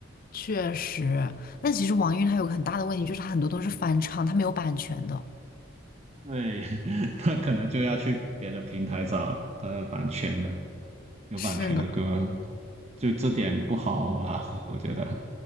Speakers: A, on the left; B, on the right.
A: 确实，但其实网易云它有个很大的问题，就是它很多都是翻唱，它没有版权的。
B: 对，<laughs> 他可能就要去别的平台找他的版权的，有版权的歌，
A: 是的，
B: 就这点不好吧？我觉得